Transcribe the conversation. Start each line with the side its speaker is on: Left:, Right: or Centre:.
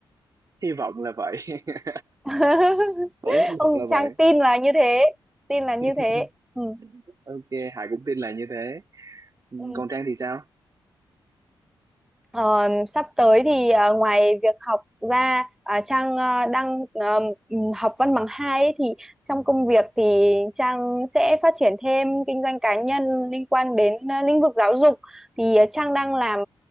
Right: hy vọng là vậy <laughs>
Centre: <laughs>
Right: Vẫn hy
Centre: Không,
Right: vọng là
Centre: Trang
Right: vậy
Centre: tin là như thế, tin là như
Right: <laughs>
Centre: thế. Ừ.
Right: ok Hải cũng tin là như thế ừ,
Centre: Ừ.
Right: còn Trang thì sao
Centre: Ờ, sắp tới thì ờ, ngoài việc học ra à, Trang ờ, đang ờ, ừm, học văn bằng hai ấy, thì trong công việc thì Trang sẽ phát triển thêm kinh doanh cá nhân liên quan đến ờ, lĩnh vực giáo dục thì ờ, Trang đang làm